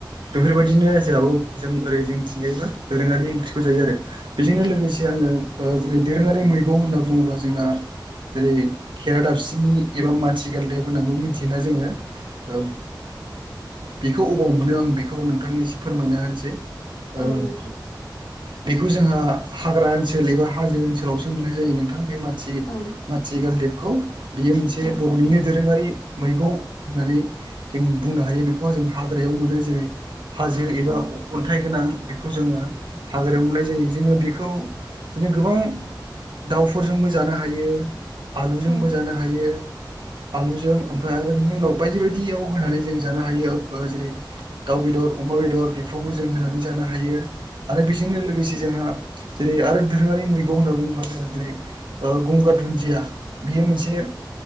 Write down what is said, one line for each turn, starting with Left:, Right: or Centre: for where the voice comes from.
Right: बेफोरबायदिनो जोंहाबाव जों ओरै जों थिंजायबो दोरोङारि ओंख्रिखौ जायो आरो। बेजोंनो लोगोसे आङो जेरै दोरोङारि मैगं होनना बुङोब्ला जोंना जेरै खेरा दाबसिनि एबा माथिगालदेब होनांगौ मिथियोना जोङो। औ बेखौ अबाव मोनो आं बेखौ नोंथांनो एसे फोरमायना होनोसै। ओ
Left: औ नोंथां।
Right: बेखौ जोंहा हाग्रा ओनसोल एबा हाजो ओनसोलावसो मोननाय जायो नोंथां बे माथ थि-माथिगालदेबखौ
Left: औ
Right: बियो मोनसे
Left: औ
Right: बर'निनो दोरोङारि मैगं होननानै जों बुंनो हायो। बेखौ जों हाग्रायाव मोनो जेरै हाजो एबा
Left: औ
Right: अन्थाइ गोनां बेखौ जोङो हाग्रायाव मोननाय जायो। जोङो बेखौ बिदिनो गोबां दाउफोरजोंबो जानो हायो। आलुजोंबो
Left: औ
Right: जानो हायो आलुजों ओमफ्राय आरो बे उनाव बायदि बायदियाव होनानै जों जानो हायो। ओ जेरै दाउ बेदर, अमा बेदर बेदर बेफ्रावबो जों होनानै जानो हायो आरो बेजों लोगोसे जोंहा जेरै आरो दोरोङारि मैगं होनना बुङोबा जोंङो ओ जेरै ओ गंगार दुन्दिया। बेयो मोनसे